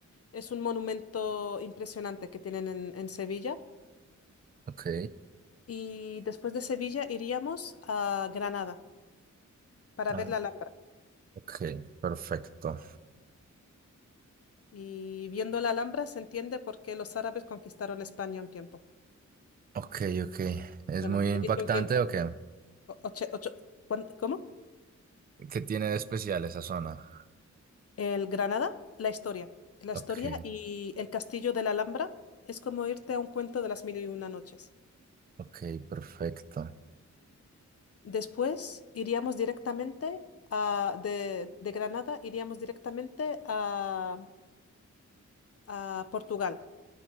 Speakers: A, on the left; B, on the right.
A: es un monumento impresionante que tienen en, en Sevilla.
B: Ok,
A: Y después de Sevilla iríamos a Granada para
B: ah,
A: ver la Alhambra.
B: ok, perfecto.
A: Y viendo la Alhambra se entiende por qué los árabes conquistaron España un tiempo.
B: Ok, ok. ¿Es
A: Bueno,
B: muy
A: ¿quién
B: impactante
A: dice un tiempo?
B: o qué?
A: O- ocho- ocho- ¿cuán- ¿cómo?
B: ¿Qué tiene de especial esa zona?
A: El Granada, la historia. La
B: Ok,
A: historia y el castillo de la Alhambra es como irte a un cuento de las mil y una noches.
B: ok, perfecto.
A: Después iríamos directamente a, de, de Granada, iríamos directamente a, a Portugal.